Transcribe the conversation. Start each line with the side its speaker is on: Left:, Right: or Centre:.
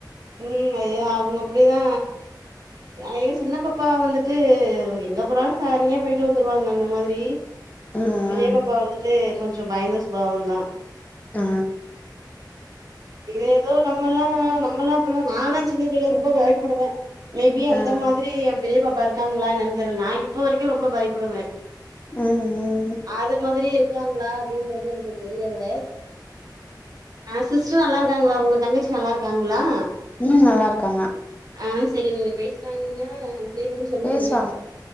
Right: ம் அதோதா அவுங்க அப்புடிதா ஏ சின்னபப்பா வந்துட்டு எங்க போனாலு தனியா போயிட்டு வந்துருவாங்க அந்த மாதுரி
Left: உம்,
Right: பெரிய பாப்பா வந்துட்டு கொஞ்ச பயந்த சுபாவந்தா
Left: அ
Right: ஏதோ நம்மல்லா நம்மல்லா இப்பல்லா நாலா சின்ன பிள்ளைல ரொம்ப பயப்புடுவ மேபி அந்த
Left: உம்,
Right: மாதுரி ஏ பெரிய பாப்பா இருக்காங்ளா என்னன் தெர்ல நா இப்ப வரக்கு ரொம்ப பயப்புடுவ
Left: உம், உம்.
Right: அது மாதுரி இருக்காங்ளா அப்டின்றது எனக்கு தெரியல அ சிஸ்ட்ரு நல்லாருக்காங்ளா ஒங்க தங்கச்சி நல்லாருக்காங்ளா
Left: ம் நல்லாருக்காங்க
Right: அ செரி நீங்க பேஸ்னாறங்னா கேட்டேன் சொல்லுங்க
Left: பேசுவாங்க